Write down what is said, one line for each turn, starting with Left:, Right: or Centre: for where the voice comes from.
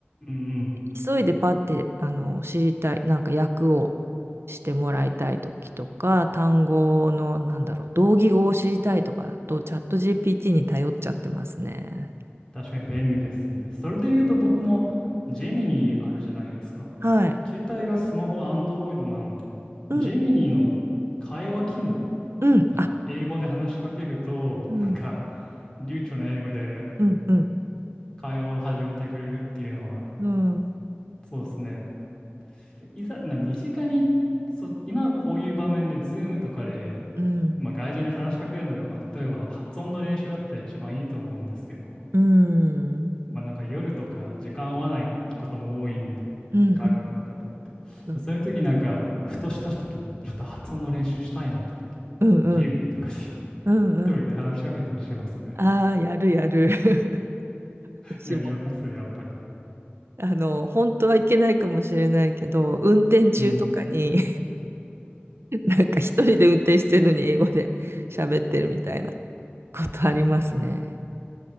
Left: うんうん。
Right: 急いでパッてあの知りたいなんか訳をしてもらいたい時とか単語のなんだろう同義語を知りたいとかだとチャット GPT に頼っちゃってますね。
Left: 確かに便利ですよね。それで言うと僕もジェミニーあるじゃないですか。
Right: はい。
Left: 携帯がスマホ Android なので、
Right: うん
Left: ジェミニーの会話機能、
Right: うんあ
Left: なんか英語で話しかけると、
Right: うん
Left: なんか流暢な英語で
Right: うんうん
Left: 会話を始めてくれるっていうのは、
Right: うん
Left: そうですね。いざ、な、身近に、そう、今こういう場面で Zoom とかで、
Right: うん
Left: まあ、外人に話しかけるのが、まあ、例えば発音の練習だったら一番いいと思うんですけど、
Right: うん
Left: まあなんか夜とか時間合わないことも多いんで、
Right: うんうん
Left: 外国の方って。
Right: そうです
Left: でそういう時なんか、ふとした時に、ちょっと発音の練習したいなって時は、
Right: うんうん
Left: ジムにとかに <laughs>
Right: うんうん
Left: 一人で話しかけたりしますね。
Right: ああーやるやる
Left: <laughs>
Right: <laughs> 私も。
Left: やります、やっぱり。
Right: あの本当はいけないかもしれないけど運転中とかに
Left: うん。
Right: <laughs> なんか一人で運転してるのに英語で喋ってるみたいなことありますね。